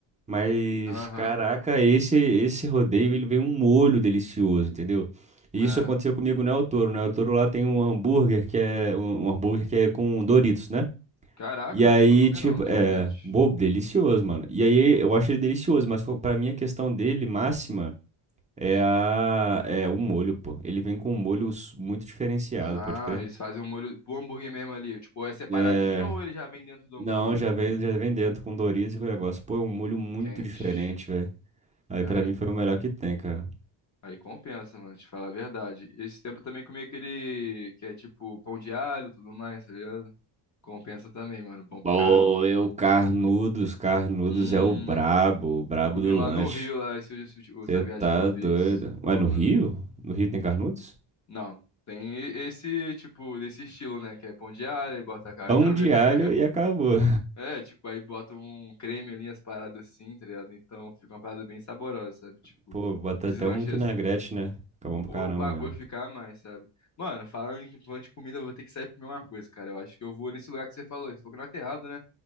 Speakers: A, on the right; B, on the left.
A: Mas,
B: Aham.
A: caraca, esse esse rodeio, ele vem um molho delicioso, entendeu?
B: É.
A: E isso aconteceu comigo no El Toro. No El Toro lá tem um hambúrguer que é um um hambúrguer que é com Doritos, né?
B: Caraca,
A: E aí,
B: nunca comi
A: tipo,
B: não, diferente.
A: é, bobo, delicioso, mano. E aí eu acho ele delicioso, mas fo- pra mim a questão dele máxima é
B: Hum.
A: a é o molho, pô. Ele vem com um molho s- muito diferenciado,
B: Ah,
A: pode crer.
B: eles fazem o molho pro hambúrguer mesmo ali. Tipo, é separadinho
A: É,
B: ou ele já vem dentro do
A: não,
B: hambúrguer?
A: já vem já vem dentro com Doritos e com o negócio. Pô, é um molho muito
B: Quente.
A: diferente, velho. Aí
B: Aí,
A: pra mim foi o melhor que tem, cara.
B: aí compensa, mano, te falar a verdade. Esse tempo eu também comi aquele que é tipo pão de alho e tudo mais, tá ligado? Compensa também, mano. Bom pra
A: Pô,
B: caramba.
A: eu, Carnudos, Carnudos
B: Hum.
A: é o brabo, o brabo
B: Eu comi
A: do lanche.
B: lá no Rio, lá, esse, esse-
A: Você
B: essa
A: tá
B: viagem que eu
A: doido.
B: fiz. Pô,
A: Ué, no
B: mano.
A: Rio? No Rio tem Carnudos?
B: Não. Tem e- esse, tipo, desse estilo, né? Que é pão de alho, aí bota a carne
A: Pão
B: no
A: de
B: meio. <laughs>
A: alho e acabou.
B: É, tipo, aí bota um creme ali, as paradas assim, tá ligado? Então fica uma parada bem saborosa, sabe?
A: <laughs>
B: Tipo,
A: Pô, bota
B: esses
A: até
B: lanches
A: um vinagrete,
B: assim.
A: né? Fica bom pra
B: Pô,
A: caramba
B: o bagulho
A: mesmo.
B: ficar mais, sabe? Mano, falando em- falando de comida, eu vou ter que sair pra comer uma coisa, cara. Eu acho que eu vou nesse lugar que você falou. Você falou que não é errado, né?